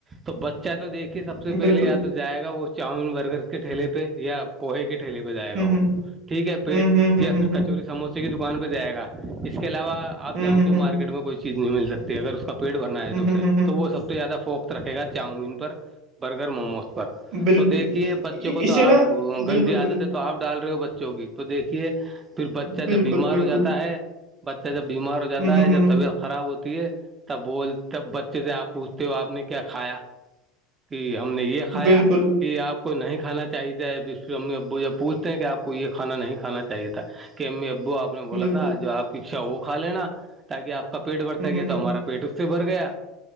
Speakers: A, on the right; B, on the right.
A: تو بچہ تو دیکے سب سے
B: بالکل
A: پہلے یا تو جائے گا وہ چاؤمین برگر کے ٹھیے پہ یا پوہے کے ٹھیلے پہ جائے گا
B: ہوں
A: وہ
B: ہوں
A: ٹھیک ہے پیٹ
B: ہوں ہوں
A: یا پھر
B: ہوں ہوں
A: کچوری سموسے کی دکان پہ جائے گا اس کے علاوہ آ
B: ہوں
A: جانتے
B: ہوں ہوں
A: ہو مارکیٹ میں کوئی چیز نہیں مل سکتی اگر اس کا پیٹ بھرنا
B: ہوں
A: ہے تو اسے
B: ہوں ہوں ہوں
A: تو وہ سب سے زیادہ فوکس <unintelligible> رکھے گا چاؤمین پر برگر موموز پر
B: بالکل
A: تو دیکھیے بچوں
B: ا-
A: کو
B: اسے
A: تو آپ
B: نا
A: گندی
B: بالکل
A: آ
B: بالکل
A: دیتے تو پ ڈال رہے ہو بچوں کی تو دیکھیے پھر بچہ
B: بالکل
A: جب بیمار
B: بالکل
A: ہو جاتا ہے بچہ جب بیمار ہو جاتا
B: ہوں ہوں
A: ہے جب
B: ہوں ہوں
A: تبھی خراب ہوتی ہے تب بول تب بچے سے آپ پوچھتے ہو آپ نے کیا کھایا کہ ہم نے یہ کھایا
B: بالکل
A: کہ آپ کو نہیں کھانا چاہیےھر امی ابو جب پوچھتے ہیں کہ آپ کو یہ کھا نہیں کھانا چاہیے تھا کہ ابو آ نے بولا
B: بالکل
A: تھا جو آپ کیچھا وہ کا لینا تاکہ آپ کا پیٹ بھر
B: ہوں
A: س
B: ہوں
A: گے تو
B: ہوں
A: ہمارا پیٹ اس سے بھر گیا